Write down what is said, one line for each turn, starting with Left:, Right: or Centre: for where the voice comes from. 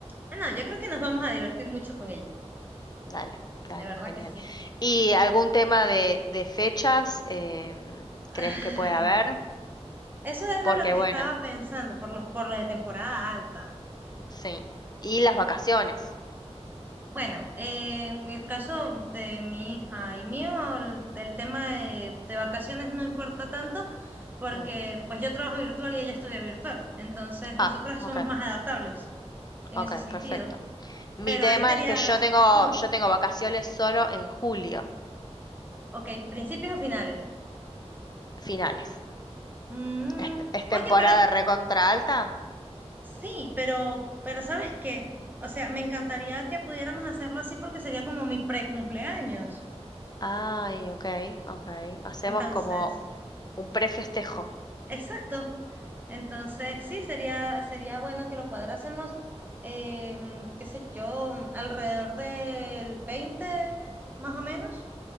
Right: Ah, No, yo creo que nos vamos a divertir mucho con ella.
Left: Dale, dale,
Right: De verdad
Left: genial.
Right: que sí.
Left: ¿Y algún tema de, de fechas em,
Right: Ay,
Left: crees que puede haber?
Right: eso era
Left: Porque
Right: lo que
Left: bueno,
Right: estaba pensando por los por lo de temporada alta.
Left: sí. Y las vacaciones.
Right: Bueno, eh, en el caso de mi hija y mío, el, el tema de, de vacaciones no importa tanto porque
Left: Mm.
Right: pues yo trabajo virtual y ella estudia virtual. Entonces, nosotras
Left: Ah, ok,
Right: somos más adaptables en
Left: ok,
Right: ese sentido.
Left: perfecto. Mi
Right: Pero
Left: tema
Right: ahí te diría
Left: es que yo tengo,
Right: tú,
Left: yo tengo vacaciones solo en julio,
Right: ok, principios o finales.
Left: finales.
Right: Mm,
Left: ¿Es, es temporada
Right: oye, pero
Left: recontra alta?
Right: sí, pero, pero ¿sabes qué? O sea, me encantaría que pudiéramos hacerlo así porque sería como mi pre-cumpleaños.
Left: Ay, ok, ok. Hacemos
Right: Entonces,
Left: como un prefestejo.
Right: exacto. Entonces, sí, sería, sería bueno que lo cuadrásemos, em, qué sé yo, alrededor del 20 más o menos,